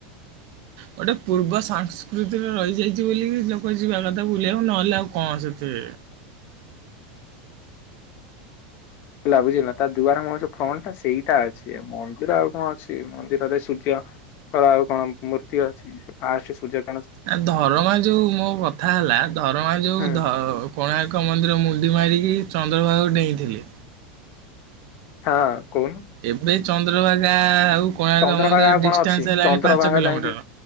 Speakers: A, on the right; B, on the left.
A: ଗୋଟେ ପୂର୍ବ ସଂସ୍କୃତିରେ ରହିଯାଇଛି ବୋଲିି ଲୋକ ଯିବା କଥା ବୁଲିବାକୁ ନହେଲେ ଆଉ କଣ ସେଥି
B: ହେଲା ବୁଝିଲା ତା ଦୁଆର ମୁହଁ ଯୋଉ ଫ୍ରଣ୍ଟା ସେଇଟା ଅଛି ମନ୍ଦିର ଆଉ କଣ ଅଛି ମନ୍ଦିରରେ ସୂର୍ଯ୍ୟର ଆଉ କଣ ମୂର୍ତ୍ତି ଅଛି ଫାଷ୍ଟ ସୂର୍ଯ୍ୟ କି
A: ନା ଧରମା ଯୋଉ ମୋ କଥା ହେଲା ଧରମା ଯୋଉ
B: ହୁଁ
A: କୋଣାର୍କ ମନ୍ଦିର ମୁ ଚଡି ମାରିକି ଚନ୍ଦ୍ରଭାଗୁ ଡେଇଁଥିଲେ।
B: ହଁ। କଣ?
A: ଏବେ ଚନ୍ଦ୍ରଭାଗା ଆଉ। କୋଣାର୍କ
B: ଚନ୍ଦ୍ରଭାଗା
A: ମନ୍ଦିର
B: ଆଉ କଣ
A: ଡିଷ୍ଟାନ୍ସ
B: ଅଛି
A: ହେଲାଣି
B: ଚନ୍ଦ୍ରଭାଗା
A: ପାଞ୍ଚ କିଲୋମିଟର।
B: ଯାଇକି